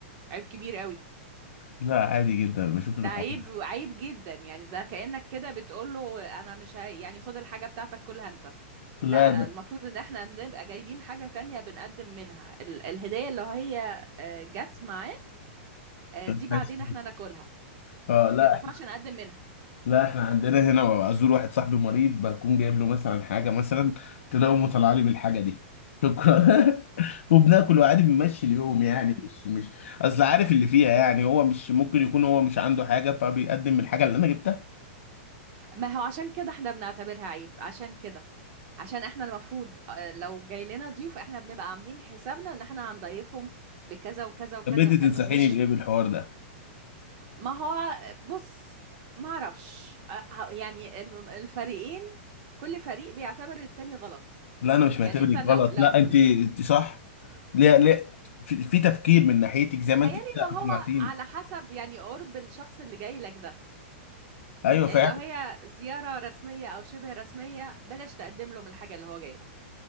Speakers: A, on the right; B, on the left.
A: عيب كبير قوي
B: لا عادي جدا بشوف الحوار
A: ده عيب عيب جدا يعني ده كأنك كده بتقول له انا مش هاي يعني خد الحاجة بتاعتك كلها انت
B: لا
A: لا
B: ب-
A: المفروض ان احنا بنبقى جايبين حاجة تانية بنقدم منها ال الهدية اللي هي آه، جت معاه آه،
B: بس-
A: دي بعدين احنا ناكلها
B: اه
A: لكن
B: لا
A: ما ينفعش نقدم منها
B: لا احنا عندنا هنا ازور واحد صاحبي مريض بكون جايب له مثلا حاجه مثلا تلاقيه طالع لي بالحاجه دي شكرا <laughs> وبناكل وعادي بنمشي اليوم يعني
A: مم.
B: مش مش اصل عارف اللي فيها يعني هو مش ممكن يكون هو مش عنده حاجه فبيقدم الحاجه اللي انا جبتها
A: ما هو عشان كده احنا بنعتبرها عيب عشان كده عشان احنا المفروض آه، لو جاي لنا ضيوف احنا بنبقى عاملين حسابنا ان احنا هنضيفهم بكذا وكذا وكذا
B: طب انت
A: وكذا
B: تنصحيني
A: مش
B: بايه بالحوار ده
A: ما هو بص ما اعرفش أ- يعني الم- الفريقين كل فريق بيعتبر التاني غلط
B: لا انا مش
A: يعني
B: معتبرك
A: انت لو
B: غلط
A: لو
B: لا انت انت صح ليه ليه في, في تفكير من ناحيتك زي ما
A: تهيالي
B: انت كده
A: ان هو
B: اقنعتيني
A: على حسب يعني قرب الشخص اللي جاي لك ده
B: ايوه
A: يعني
B: فعلا
A: لو هي زيارة رسمية او شبه رسمية بلاش تقدم له من الحاجة اللي هو جايبها